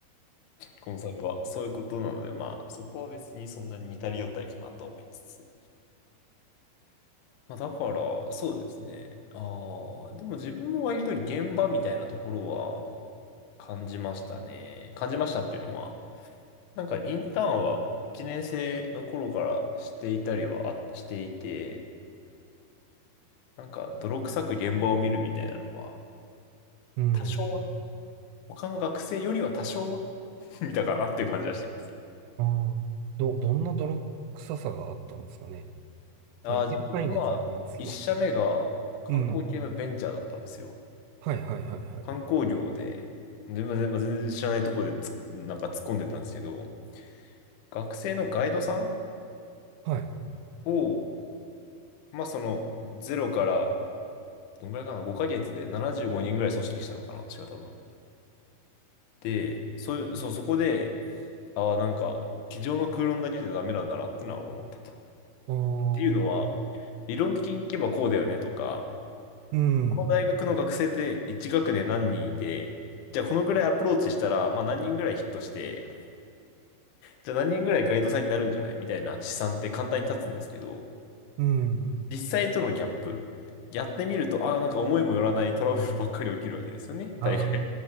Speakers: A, on the left; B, on the right.
A: コンサルはそういうことなので、まあそこは別にそんなに似たり寄ったりかなと思いつつ。まあ、だから、そうですね。ああ、でも自分も割と現場みたいなところは感じましたね。感じましたっていうのは、なんかインターンは1年生の頃からしていたりはあしていて、なんか泥臭く現場を見るみたいなのは、
B: うん。
A: 多少は、他の学生よりは多少は <laughs> 見たかなっていう感じはしてますね。
B: ああ。ど、どんな泥臭さがあったんですかね。
A: ああ、
B: まあ、言える範囲で全然いいんですけど。
A: 自分は1社目が観光系のベンチャーだったんですよ。
B: うん。はい、はい、はい、はい。
A: 観光業で、全然全然知らないところでつなんか突っ込んでたんですけど、学生のガイドさん
B: はい
A: を、まあそのゼロからどんぐらいかな、5ヶ月で75人ぐらい組織したのかな、私が多分。で、そういう、そう、そこで、ああ、なんか、机上の空論だけじゃダメなんだなってのは思ったと。
B: おー、
A: っていうのは、理論的にいけばこうだよねとか、
B: うん、
A: この大学の学生って1学年何人いて、じゃあこのぐらいアプローチしたら、まあ何人ぐらいヒットして、じゃあ何人ぐらいガイドさんになるんじゃないみたいな試算って簡単に立つんですけど、
B: うん。
A: 実際とのギャップ。やってみると、ああ、なんか思いもよらないトラブルばっかり起きるわけですよね。大学
B: あ